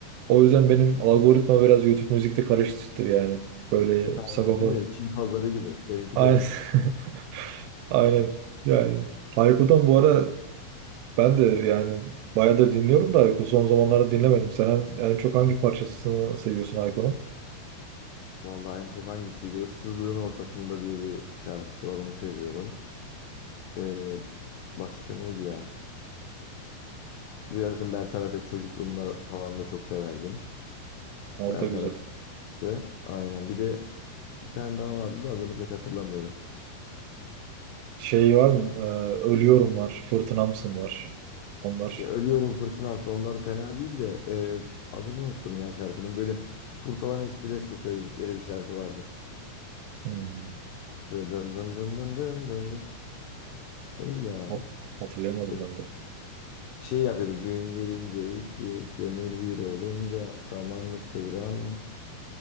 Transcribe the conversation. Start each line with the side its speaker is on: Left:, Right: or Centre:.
Right: O yüzden benim algoritma biraz YouTube müzikte karışıktır yani. Böyle
Left: Tamam,
Right: sagopa.
Left: Değil mi? Çin pazarı gibi. Benimki
Right: Aynen.
Left: de öyle.
Right: <laughs> Aynen. Yani Hayko'dan bu ara ben de yani bayağı da dinliyorum da Hayko son zamanlarda dinlemedim. Sen en, en çok hangi parçasını seviyorsun Hayko'nun?
Left: Vallahi en çok hangisiydi? Issızlığın ortasında diye bir şarkısı var onu seviyorum. Ee, başka neydi ya? Bu zaten Bertaraf et çocukluğumda falan da çok severdim.
Right: Ha, o
Left: Bertaraf
Right: da güzel.
Left: Fırtınası. Aynen. Bir de bir tane daha vardı da adını pek hatırlamıyorum.
Right: Şey var mı? Ee, ölüyorum var. Fırtınamsın var. Onlar.
Left: Ya Ölüyorum Fırtınamsa onlar fena değil de e, adını unuttum ya şarkının. Böyle Kurtalan Ekspres'le söyledikleri bir şarkı vardı.
Right: Hmm,
Left: Böyle dın dın dın dın dın dın dın. Neydi ya?
Right: hat- Hatırlayamadım
Left: O
Right: ben de.
Left: şey yapıyordu. Gün gelince iki, gönül bir olunca samanlık seyranmış.